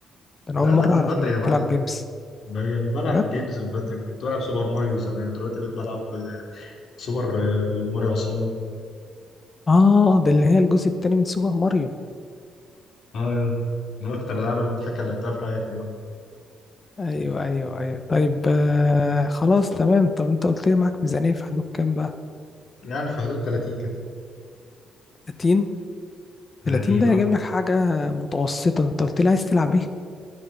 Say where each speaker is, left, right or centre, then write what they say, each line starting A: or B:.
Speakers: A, on the left; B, on the left.
A: انا
B: لا
A: اول مره
B: ده من
A: اعرف
B: بدري
A: انك
B: يا
A: بتلعب
B: معلم
A: جيمز
B: ب- بلعب
A: بجد.
B: جيمز من بدري كنت بلعب سوبر ماريو زمان دلوقتي بقيت بلعب آه، سوبر آه، ماريو عصام
A: اه ده اللي هي الجزء التاني من سوبر ماريو
B: اه يا من اكتر الالعاب المضحكه اللي لعبتها في حياتي اه
A: ايوه ايوه ايوه طيب آه خلاص تمام طب انت قلت لي معاك ميزانية في حدود كام بقى
B: يعني في حدود 30 كده
A: 30
B: 30
A: 30 ده
B: اه
A: هيجيب لك حاجة متوسطة انت قلت لي عايز تلعب ايه